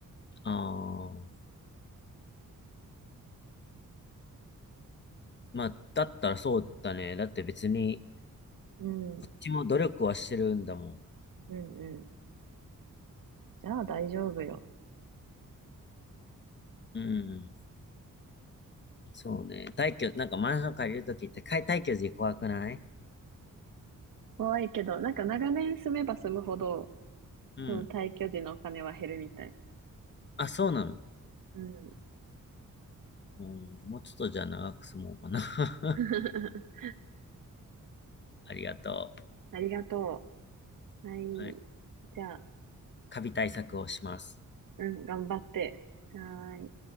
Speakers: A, on the left; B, on the right.
A: ああ。まあ、だったらそうだね。だって別に、
B: うん、
A: こっちも努力はしてるんだもん。
B: うん、うん。じゃあ大丈夫よ。
A: うん。そうね。退去、なんかマンション借りるときって、かい退去時怖くない
B: 怖いけど、なんか長年住めば住むほど、
A: うん。
B: その退去時のお金は減るみたい。
A: あ、そうなの
B: うん。
A: うん、もうちょっとじゃあ長く住もうかな。<laughs>
B: <laughs>
A: ありがと
B: ありがとう。はい。
A: う。はい。
B: じゃあ、
A: カビ対策をします。
B: うん、頑張って。はーい。